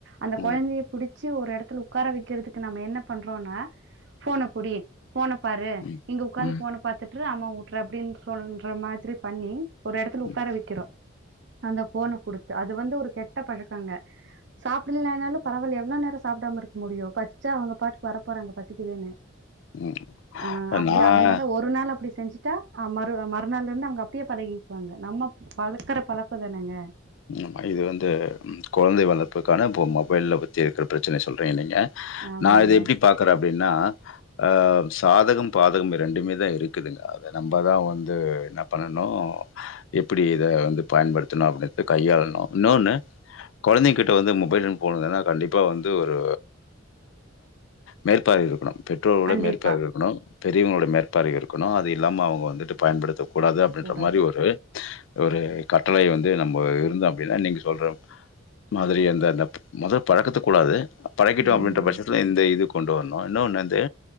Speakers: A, on the right (about 60°); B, on the left (about 70°).
A: அந்த
B: ம்,
A: கொழந்தய புடிச் சு ஒரு எடத்துல உக்கார வைக்கிறதுக்கு நம்ம என்ன பண்றோன்னா ஃபோன புடி ஃபோன பாரு
B: ம்,
A: இங்க உக்காந்து
B: ம்,
A: ஃபோனை பாத்துட் ரு அம்மா ஊட்றே அப்டின்னு சொல்ற மாதிரி பண்ணி ஒரு இடத்துல
B: ம்,
A: உட்கார வைக்கிறோ அந்த போன குடுத்து அது வந்து ஒரு கெட்ட பழக்கங்க சாப்பிடலைனாலு பரவாயில்ல எவ்ளோ நேரம் சாப்பிடாம இருக்க முடியும் பசிச்சா அவங்க பாட்டுக்கு வர போறாங்க பசிக்குதுன்னு
B: ம்.
A: ஆ அப்டி
B: நான்
A: அதனால ஒரு நாள அப்டி செஞ்சுட்டா மறு மறுநாள்ல இருந்து அவங்க அப்டியே பழகிக்குவாங்க நம்ம பழக்கற பழக்க தானங்க
B: ம்மா இது வந்து குழந்தை வளர்ப்புக்கான இப்போ மொபைல் வச்சி இருக்கிற பிரச்சனை சொல்றீங்க நீங்க
A: ஆமாங்க
B: நா இத எப்டி பாக்றே அப்டின்னா ஆ சாதகம் பாதகம் ரெண்டுமே தா இருக்குதுங்க அத நம்ம தா வந்து என்ன பண்ணணு எப்டி இத வந்து பயன்படுத்தணு அப்டின்னு கையாளனு இன்னொன்னு குழந்தைங்க கிட்ட வந்து மொபைல் போனுதுன்னா கண்டிப்பாக வந்து ஒரு மேற்பார்வை இருக்கணு பெற்றோர்களோட
A: கண்டிப்பா
B: மேற்பார்வை இருக்கணு பெரியவங்களோட மேற்பார்வை இருக்கணு அது இல்லாம அவங்க வந்துட்டு பயன்படுத்த கூடாது அப்டின்ற
A: கூடாது
B: மாரி ஒரு ஒரு கட்டளையை வந்து நம்ம ஒரு இருந்த அப்டின்னா நீங்க சொல்ற மாதிரி அந்த அந்த முத பழக்கத்த கூடாது பழக்கிட்டோ அப்டின்ற
A: ஆமாங்க
B: பட்சத்துல இந்த இது கொண்டு வரணு இன்னு ஒன்னு வந்து